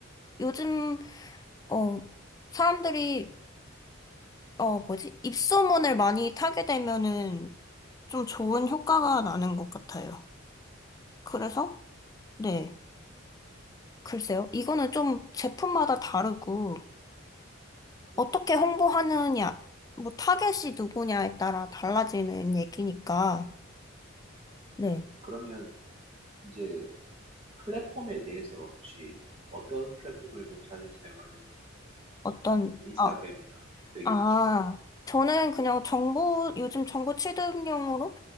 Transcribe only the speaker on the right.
음,
그러면 이제 플랫폼에 대해서 혹시 어떤 플랫폼을 좀 자주 사용하는지
인스타그램이나
되게
많잖아요.